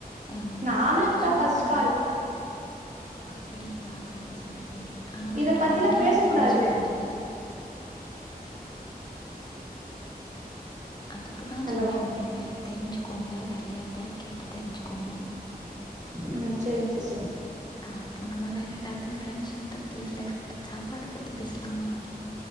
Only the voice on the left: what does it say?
நா உங்க
லொகேஷன்னு
சொன்னோ
அப்டிங்ளா சேரி சேரி சேரி ஆனா
நா டுவெண்ட்டிகு
ஃபினிஷ்
பண்ணிடே அதுக்குதா
சொன்னே உங்குள்ட்ட தெரிஞ்சுகோங்க வரயாட்டாயா கேட்டு தெரிஞ்சுகோங்கனு
அப்போ நம்ம வேற ஏதாது ஃப்ரெண்ஷிப் பத்தி இல்ல சாப்பாடு பத் தி பேசலாமா